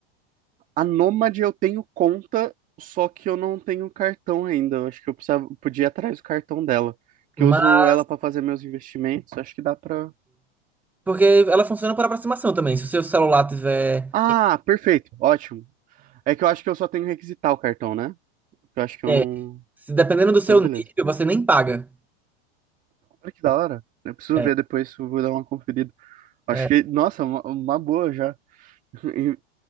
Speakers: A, on the right; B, in the centre.
A: A Nômade eu tenho conta, só que eu não tenho cartão ainda. Eu acho que eu precisava, podia ir atrás do cartão dela. Porque
B: Mas.
A: eu uso ela pra fazer meus investimentos. Acho que dá pra.
B: Porque ela funciona por aproximação também. Se o seu celular tiver.
A: Ah, perfeito. Ótimo. É que eu acho que eu só tenho que requisitar o cartão, né? Eu acho que eu
B: É,
A: não.
B: se dependendo do seu
A: Então, beleza.
B: nível, você nem paga.
A: Olha que da hora. Eu preciso
B: É,
A: ver depois, eu vou dar uma conferida. Acho
B: é.
A: que, nossa, uma, uma boa já. <laughs> In-